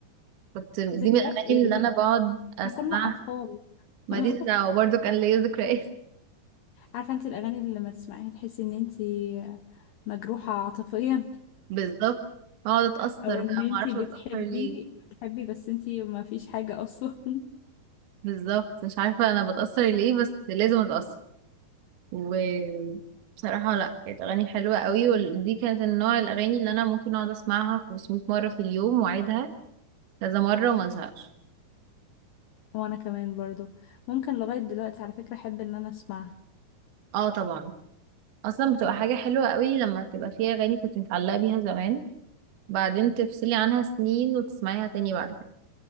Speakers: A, on the right; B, on the left.
A: كنت دي
B: ذكريات
A: من الاغاني
B: ايه
A: اللي
B: ز-
A: انا بقعد اسمعها
B: احنا كنا أطفال
A: ماليش
B: <laughs>
A: دعوة برضه كان ليا ذكريات
B: عارفة انت الأغاني اللي لما تسمعيها تحسي ان انت مجروحة عاطفيا
A: بالظبط اقعد اتأثر
B: <laughs> او ان
A: بقى
B: انت
A: ما اعرفش
B: بتحبي
A: بتأثر ليه
B: بتحبي بس انت ما فيش حاجة اصلا <laughs>
A: بالظبط مش عارفة انا بتأثر ليه بس لازم اتأثر وبصراحة لا كانت اغاني حلوة قوي ودي كانت النوع الاغاني اللي انا ممكن اقعد اسمعها 500 مرة في اليوم واعيدها كذا مرة وما انساهاش
B: وانا كمان برضو ممكن لغاية دلوقتي على فكرة احب ان انا اسمعها
A: اه طبعا اصلا بتبقى حاجة حلوة قوي لما تبقى فيها اغاني كنت متعلقة بيها زمان بعدين تفصلي عنها سنين وتسمعيها تاني بعد كده